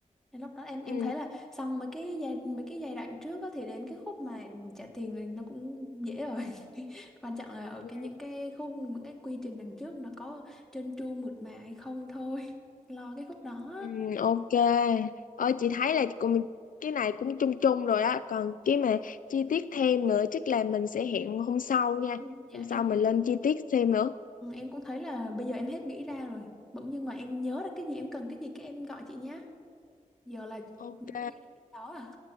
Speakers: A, in the centre; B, on the left.
A: Nên lúc đó em em
B: Ừ.
A: thấy là xong mấy cái giai mấy cái giai đoạn trước á, thì đến cái khúc mà trả tiền là nó cũng dễ rồi <laughs> quan trọng là ở
B: Ừ.
A: cái những cái khung những cái quy trình đằng trước nó có trơn tru mượt mà hay không thôi <laughs> lo cái khúc đó
B: Ừ, ok. Ơi chị thấy là cũng cái này cũng chung chung rồi á, còn cái mà chi tiết thêm nữa chắc là mình sẽ hẹn hôm sau nha.
A: Ừ. dạ
B: Hôm sau
A: em cũng
B: mình lên chi tiết thêm nữa.
A: ừ, em cũng thấy là bây giờ em hết nghĩ ra rồi bỗng nhưng mà em nhớ ra cái gì em cần cái gì cái em gọi chị nhá giờ là
B: Ok.
A: có nghĩ đến cái đó à